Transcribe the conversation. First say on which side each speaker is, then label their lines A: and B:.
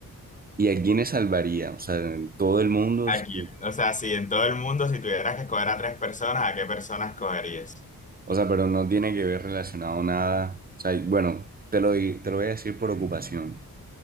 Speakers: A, on the right; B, on the left.
A: ¿Y a quiénes salvaría? O sea, en todo el mundo,
B: ¿A
A: sí.
B: quién? O sea, si en todo el mundo, si tuvieras que escoger a tres personas, ¿a qué personas escogerías?
A: o sea, pero no tiene que ver relacionado nada. O sea, y bueno, te lo, di- te lo voy a decir por ocupación.